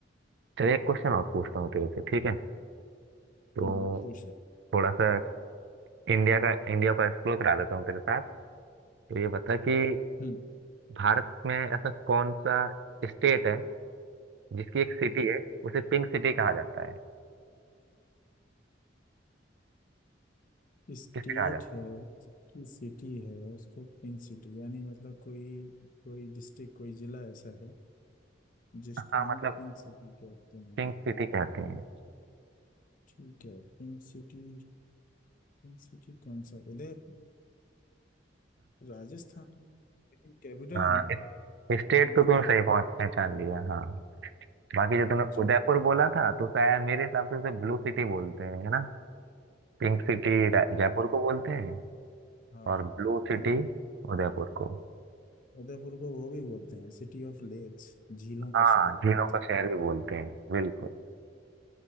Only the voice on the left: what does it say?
हम्म पूछ ले
हम्म
स्टेट
है जिसकी सिटी है उसको पिंक सिटी यानी मतलब कोई कोई डिस्ट्रिक्ट कोई जिला ऐसा है जिसको
हम
पिंक सिटी कहते हैं
ठीक है पिंक सिटी पिंक सिटी कौन सा उदय राजस्थान कैपिटल
है ना
हाँ
तो
जयपुर
हो
जयपुर
जयपुर
हाँ
उदयपुर को
उदयपुर को वो भी बोलते हैं सिटी ऑफ लेक्स झीलों का
शहर
बोलते
हैं